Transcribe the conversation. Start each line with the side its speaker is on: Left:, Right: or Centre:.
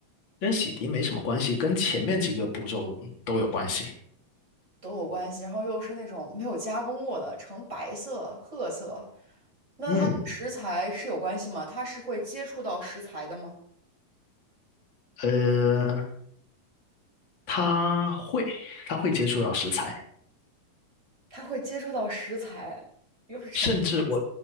Left: 跟洗涤没什么关系，跟前面几个步骤都有关系。
Right: 都有关系。然后又是那种没有加工过的，呈白色、褐色，那它跟食材是有关系吗？
Left: 嗯，
Right: 它是会接触到食材的吗？
Left: 呃，他会，他会接触到食材，
Right: 它会接触到食材，又是成，
Left: 甚至我，
Right: 白的，